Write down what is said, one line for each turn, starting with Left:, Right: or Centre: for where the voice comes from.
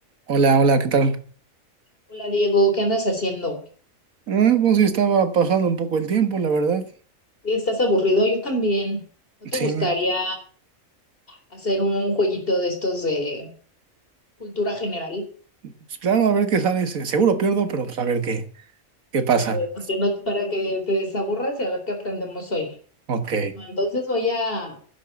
Right: Hola, hola, ¿qué tal?
Left: Hola Diego, ¿qué andas haciendo?
Right: Ah, pues sí, estaba pasando un poco el tiempo, la verdad.
Left: Sí, ¿Estás aburrido? Yo también. ¿No te
Right: Sí,
Left: gustaría hacer un jueguito de estos de cultura general?
Right: pues claro, a ver qué sale. Se- Seguro pierdo, pero pues a ver qué, qué pasa.
Left: A ver, porque no- para que te desaburras y a ver qué aprendemos hoy.
Right: Ok,
Left: Bueno, entonces voy a